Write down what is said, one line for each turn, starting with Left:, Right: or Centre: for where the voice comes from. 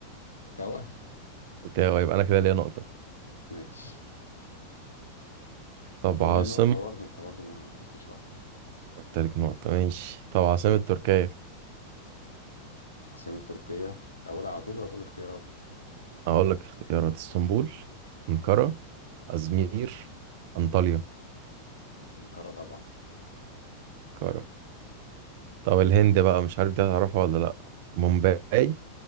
Left: توا
Right: أوتاوا يبقى أنا كده ليا نقطة
Left: ماشي
Right: طب
Left: وأنا
Right: عاصمة
Left: ليا نقطة برضه أنت برضه ما عرفتش واحدة
Right: وأنت ليك نقطة ماشي طب عاصمة تركيا
Left: عاصمة تركيا أقول على طول ولا تقول اختيارات
Right: أقول لك اختيارات اسطنبول أنقرة أزمير أنطاليا
Left: أنقرة طبعا
Right: أنقرة طب الهند بقى مش عارف دي هتعرفها ولا لأ مومباي
Left: مم.